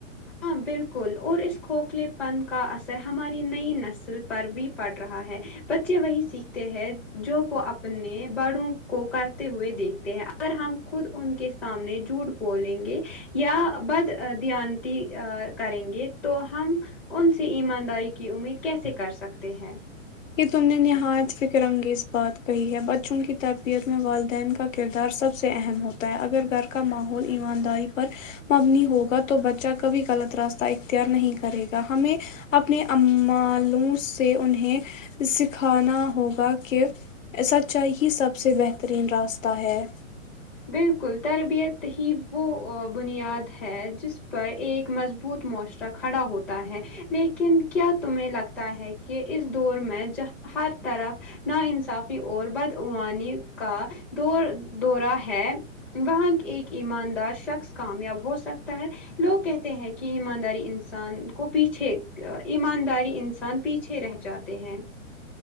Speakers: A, in the centre; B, on the left.
A: ہاں بالکل اور اس کھوکھلے پن کا اثر ہماری نئی نسل پر بھی پڑ رہا ہے بچے وہی سیکھتے ہیں جو وہ اپنے بڑوں کو کرتے ہوئے دیکھتے ہیں اگر ہم خود ان کے سامنے جھوٹ بولیں گے یا بد دیان تی کریں گے تو ہم ان سے ایمانداری کی امید کیسے کر سکتے ہیں
B: کہ تم نے نہایت فکر انگیز بات کہی ہے بچوں کی تربیت میں والدین کا کردار سب سے اہم ہوتا ہے اگر گھر کا ماحول ایمانداری پر مبنی ہوگا تو بچہ کبھی غلط راستہ اختیار نہیں کرے گا ہمیں اپنے امالوں سے انہیں سکھانا ہوگا کہ سچائی ہی سب سے بہترین راستہ ہے
A: بالکل تربیت ہی وہ بنیاد ہے جس پر ایک مضبوط معاشر کھڑا ہوتا ہے لیکن کیا تمہیں لگتا ہے کہ اس دور میں جہاں ہر طرف ناانصافی اور بدعوانی کا دور دورہ ہے ہے وہاں ایک ایماندار شخص کامیاب ہو سکتا ہے لوگ کہتے ہیں کہ ایمانداری انسان کو پیچھے ایمانداری انسان پیچھے پیچھے رہ جاتے ہیں